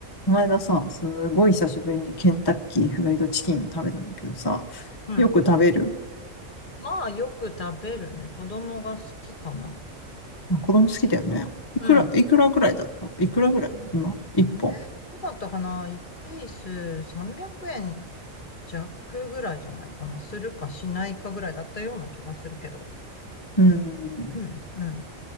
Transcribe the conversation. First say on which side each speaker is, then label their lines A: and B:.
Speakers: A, on the left (about 20°); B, on the left (about 40°).
A: この間さ、すごい久しぶりにケンタッキーフライドチキンを食べたんだけどさ、
B: うん。
A: よく食べる。
B: まあ、よく食べるね。子供が好きかな。
A: あ、子供好きだよね。いくら、
B: うん。
A: いくらぐらいだったいくらぐらい今、一本。
B: えー、どうだったかな ?1 ピース300円弱ぐらいじゃないかな。するかしないかぐらいだったような気がするけど。
A: うん。
B: うん、うん、